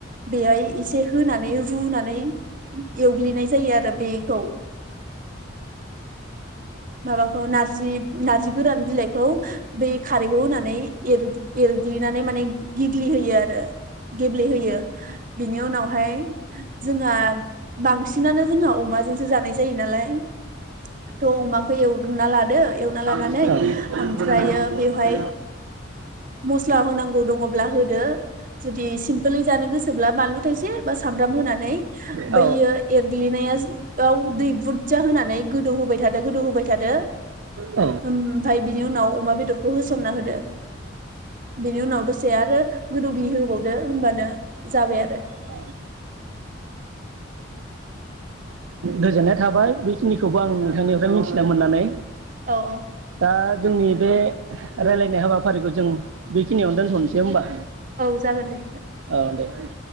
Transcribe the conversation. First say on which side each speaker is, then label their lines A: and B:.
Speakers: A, on the right; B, on the right.
A: बेहाय एसे होनानै रुनानै एवग्लिनाय <unintelligible> जायो आरो बेखौ, माबाखौ नारजि नारजि गोरान बिलाइखौ बे खारैखौ होनानै एर एरग्लिनानै माने गेग्लिहोयो आरो गेब्लेहोयो बेनि उनावहाय जोंहा बांसिना जोंहा अमाजोंसो जानाय जायो नालाय थ' अमाखौ एवग्रोना लादो
B: औ
A: एवना लानानै ओमफ्रायो बेवहाय मस्ला होनांगौ दङ <unintelligible> जुदि सिम्पोलै जानो गोसोब्ला बानलु थसे बा सामब्राम होनानै
B: औ
A: बैयो एरग्लिनायाव दै बुरजा होनानै गोदौ होबाय थादो गोदौ होबाय थादो
B: औ
A: ओमफ्राय बिनि उनाव अमा बेदरखौ होसनना होदो बिनि उनाव आरो गोदौग्लि होबावदो होमबानो जाबाय आरो
B: <unintelligible> गोजोननाय थाबाय बेखिनिखौबो आं नोंथांनिफ्राय मिथिना मोननानै
A: औ औ
B: दा जोंनि बे रायलायनाय हाबाफारिखौ जों बेखिनियावनो दोनथ'नोसै होमबा
A: औ औ जागोन दे
B: औ दे